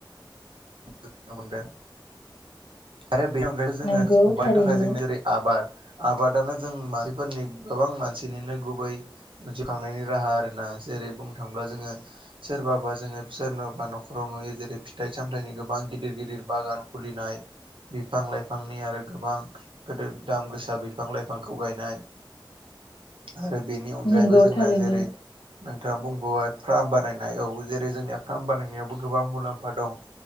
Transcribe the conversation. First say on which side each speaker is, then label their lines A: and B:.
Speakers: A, on the right; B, on the left.
A: <unintelligible> मोनदों आरो बेनि अनगायैबो जोंङो‌
B: नंगौ थारैनो
A: <unintelligible> थाखाय जोंङो जेरै आबाद आबादानो जों मानसिफोरनि गोबां मानसिनिनो गुबै <unintelligible> खांनायनि राहा आरोना जेरै बुंनो थांब्ला जोंङो सोरबाबा जोङो सोरबाबा न'खराव नुयो जेरै फिथाइ सामथाइनि गो बां गिदिर गिदिर बागान खुलिनाय बिफां लाइफांनि आरो गोबां गोदो दाम गोसा बिफां लाइफांखौ गायनाय आरो बेनि अनगायैबो
B: नंगौ
A: जोंना
B: थारैनो
A: जेरै नोंथाङा बुंबोबाय फार्म बानायनाय औ जेरै जोंनिया फार्म बानायनायावबो गोबां मुलाम्फा दं।